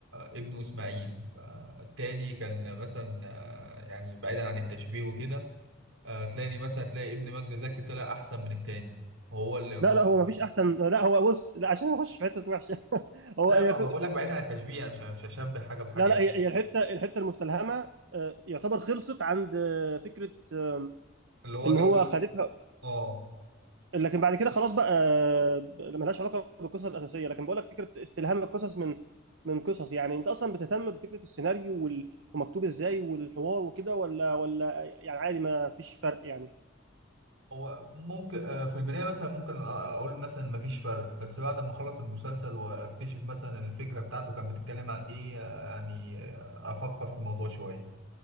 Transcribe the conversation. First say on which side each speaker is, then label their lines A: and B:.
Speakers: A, on the right; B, on the right.
A: ابنه إسماعيل التاني كان مثلا آه، يعني بعيدا عن التشبيه وكده آه، تلاقي مثلا تلاقي ابن ماجد زكي طلع أحسن من التاني وهو اللي يعتبر
B: لا لا هو مفيش احسن لا هو بص لا عشان اخش في حته وحشه <laughs> هو
A: لا
B: هي
A: ما ما بقول لك بعيد عن التشبيه انا مش مش هشبه حاجه بحاجه
B: لا
A: يعني.
B: لا هي هي الحته الحته المستلهمه آه، يعتبر خلصت عند آه، فكره آه،
A: اللي هو
B: ان
A: جوز
B: هو خدتها
A: اه
B: لكن بعد كده خلاص بقى آه، ملهاش علاقه بالقصه الاساسيه لكن بقول لك فكره استلهام القصص من من قصص يعني انت اصلا بتهتم بفكره السيناريو وال- ومكتوب ازاي والحوار وكده ولا ولا يعني عادي ما فيش فرق يعني
A: هو ممكن آه، في البدايه مثلا ممكن آه، اقول مثلا ما فيش فرق بس بعد ما اخلص المسلسل واكتشف مثلا الفكره بتاعته كانت بتتكلم عن ايه آه، يعني آه، افكر في الموضوع شويه